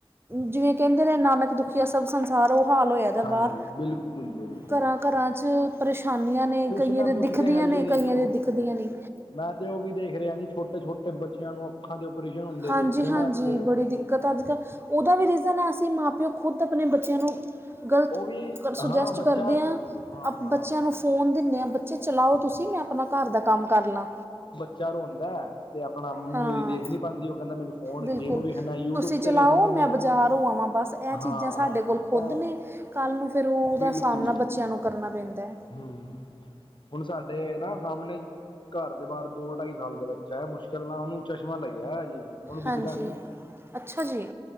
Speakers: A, on the right (about 25°); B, on the left (about 55°).
A: ਜਿਵੇਂ ਕਹਿੰਦੇ ਨੇ ਨਾਨਕ ਇੱਕ ਦੁਖੀ ਸਭ ਸੰਸਾਰ ਉਹ ਹਾਲ ਹੋਇਆ ਦਾ
B: ਹਾਂਜੀ
A: ਬਾਹਰ।
B: ਬਿਲਕੁਲ- ਬਿਲਕੁਲ।
A: ਘਰਾਂ ਘਰਾਂ 'ਚ ਪਰੇਸ਼ਾਨੀਆਂ ਨੇ
B: ਕੁਛ
A: ਕਈਆਂ
B: ਨਾ
A: ਦੇਆਂ
B: ਕੁਛ
A: ਦਿਖਦੀਆਂ
B: ਤੇ ਹੈ ਹੀ
A: ਨੇ,
B: ਹੈ ਦੇਖੋ
A: ਕਈਆਂ ਦੇ ਦਿਖਦੀਆਂ ਨਹੀਂ।
B: ਮੈਂ ਤੇ ਉਹ ਵੀ ਦੇਖ ਰਿਹਾ ਜੀ ਛੋਟੇ ਛੋਟੇ ਬੱਚਿਆਂ ਨੂੰ ਅੱਖਾਂ ਦੇ ਉਪਰੇਸ਼ਨ ਹੁੰਦੇ
A: ਹਾਂਜੀ
B: ਦੇਖੇ
A: ਹਾਂਜੀ
B: ਨਾ ਇੱਥੇ।
A: ਬੜੀ ਦਿੱਕਤ ਅਜਕ ਉਹਦਾ ਵੀ ਰੀਜ਼ਨ ਹੈ ਅਸੀਂ ਮਾਂ ਪਿਓ ਖੁਦ ਆਪਣੇ ਬੱਚਿਆਂ ਨੂੰ ਗਲਤ
B: ਉਹ ਵੀ
A: ਕ ਸੁਜੈਸਟ
B: ਹਾਂ ਬੱਚਾ
A: ਕਰਦੇ ਹਾਂ
B: ਹਾਂ
A: ਅ
B: ਹਾਂ
A: ਬੱਚਿਆਂ ਨੂੰ ਫੋਨ ਦਿੰਦੇ ਆਾਂ ਬੱਚੇ ਚਲਾਓ ਤੁਸੀਂ, ਮੈਂ ਆਪਣੇ ਘਰ ਦਾ ਕੰਮ ਕਰ ਲਾਂ।
B: ਚਾਰ ਹੁੰਦਾ। ਤੇ ਆਪਣਾ ਮੰਮੀ
A: ਹਾਂ
B: ਉਹਦੀ ਦੇਖ ਨੀ ਪਾਉਂਦੀ ਉਹ ਕਹਿੰਦਾ, ਮੈਨੂੰ ਫੋਨ
A: ਬਿਲਕੁਲ
B: ਗੇਮ ਵੇਖਣਾ, ਯੂਟਿਊਬ
A: ਤੁਸੀਂ ਚਲਾਓ
B: ਤੇ ਵੇਖਦੇ ਨੇ।
A: ਮੈਂ ਬਾਜ਼ਾਰੋਂ ਆਵਾਂ ਬਸ ਇਹ
B: ਹਾਂ
A: ਚੀਜ਼ਾਂ ਸਾਡੇ ਕੋਲ ਖੁਦ
B: ਬ
A: ਨੇ, ਕੱਲ੍ਹ ਨੂੰ ਫਿਰ ਉਹਦਾ
B: ਬਿਲਕੁਲ
A: ਸਾਹਮਣਾ ਬੱਚਿਆਂ ਨੂੰ ਕਰਨਾ ਪੈਂਦਾ।
B: ਹਮ, ਹੁਣ ਸਾਡੇ ਨਾ ਸਾਹਮਣੇ ਘਰ ਦੇ ਬਾਹਰ ਦੋ ਢਾਈ ਸਾਲ ਦਾ ਬੱਚਾ ਹੈ, ਮੁਸ਼ਕਿਲ ਨਾਲ ਉਹਨੂੰ ਚਸ਼ਮਾ ਲੱਗਿਆ ਅਜੇ ਵੀ ਉਹਨੂੰ ਦਿਖਦਾ
A: ਹਾਂਜੀ
B: ਨੀ,
A: ਅੱਛਾ ਜੀ